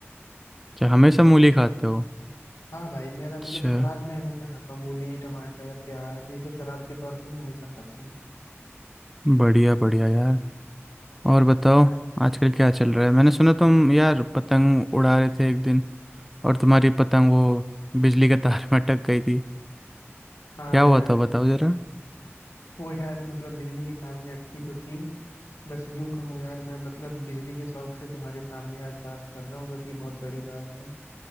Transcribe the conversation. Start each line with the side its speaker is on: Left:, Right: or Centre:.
Centre: अच्छा हमेशा मूली खाते हो
Left: हाँ भाई मेरा मतलब
Centre: अच्छा
Left: सलाद में हमेशा खाता हूँ मूली टमाटर प्याज ये सब सलाद के तौर पे मैं हमेशा खाता हूँ
Centre: बढ़िया बढ़िया यार और बताओ आजकल क्या चल रहा है मैंने सुना तुम यार पतंग उड़ा रहे थे एक दिन और तुम्हारी पतंग वो बिजली के तार <laughs> में अटक गई थी
Left: हाँ
Centre: क्या हुआ
Left: यार
Centre: था बताओ जरा
Left: वो यार मतलब बिजली के तार में अटकी तो थी बस यूं कहो यार मैं मतलब बिजली के शौक से तुम्हारे सामने आज बात कर रहा हूँ बस ये बहुत बड़ी बात है